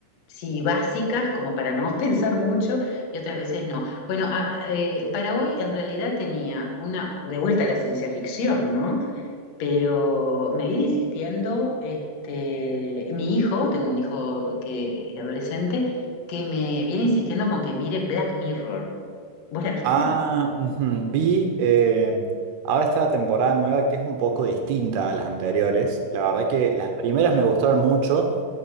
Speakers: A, on the left; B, on the right.
A: sí, básicas, como para no <laughs> pensar mucho, y otras veces no. Bueno, a- eh, para hoy en realidad tenía una, de vuelta a la ciencia ficción, ¿no? pero me viene insistiendo, este, mi hijo, tengo un hijo que es adolescente, que me viene insistiendo con que mire Black Mirror. ¿Vos la viste?
B: Ah, ujú, Vi, eh, ahora está la temporada nueva que es un poco distinta a las anteriores. La verdad que las primeras me gustaron mucho.